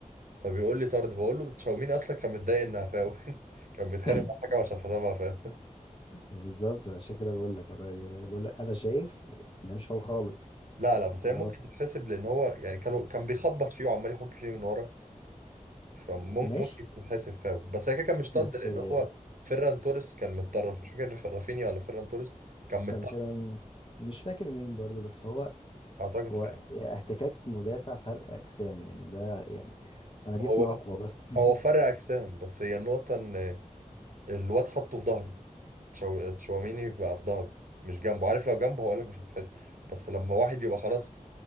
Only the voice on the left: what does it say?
<laughs>
بالظبط عشان كده بقول لك أنا يعني أنا بقول لك أنا شايف إنها مش فاول خالص
النبط
ماشي
بس
آه،
كان فعلا مش فاكر مين برضو بس هو
هو
احتكاك مدافع فرق اجسام يعني ده يعني انا
جسمي
اقوى بس